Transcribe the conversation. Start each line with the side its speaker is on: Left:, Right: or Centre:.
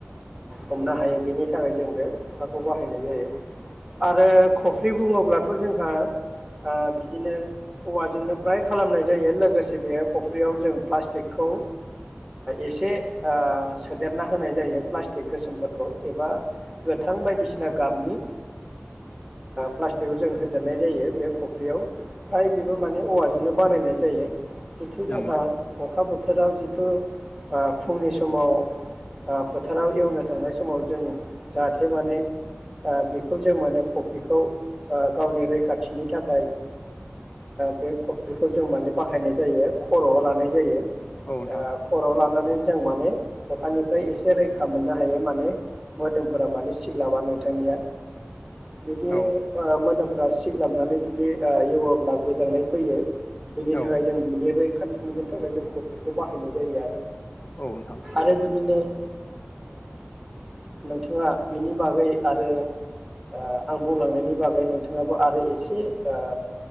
Right: हमनो हायो बेनि थाखाय जों बे खखाराखौ बाहायनाय जायो आरो खफ्रि बुङोब्लाथ' जोंहा बिदिनो औवाजोंनो फ्राय खालामनाय जायो लोगोसे बेहाय खफ्रियाव जों प्लास्टिकखौ एसे सोदेरना होनाय जायो प्लास्टिक गोसोमफोरखौ एबा गोथां बायदिसिना गाबनि प्लास्टिकखौ जों होदेरनाय जायो बे फख्रियाव फ्राय बेबो माने औवाजोंनो बानायनाय जायो जिथु
Left: नंगौ
Right: जोंहा
Left: नोंथां
Right: अखा बोथोर बिफोराव जिथु फुंनि समाव फोथाराव एवनो थांनाय समाव जों जाहाथे माने बेखौ जों माने खफ्रिखौ गावनि रैखाथिनि थाखाय बे खफ्रिखौ जों माने बाहायनाय जायो खर'आव लानाय जायो आ
Left: औ नोंथां
Right: खर'वाव लानानै जों माने अखानिफ्राय एसे रैखा मोननो हायो माने मोदोमफोरा माने सिग्लाबा नोंथांनिया बिदि
Left: औ
Right: ओ मोदोम फ्रा सिग्लाबनानै जुदि ओ एवाब्ला गोजांनाय फैयो बेनि थाखाय
Left: औ
Right: जों बिनि रै खाथि मोननो थाखाय जों कफ्रिखौ बाहायनाय जायो आरो
Left: औ नोंथां
Right: आरो बिदिनो ओ नोंथाङा बेनि बागै आरो ओ आं बुंलांनायनि बागै नोंथाङाबो आरो एसे ओ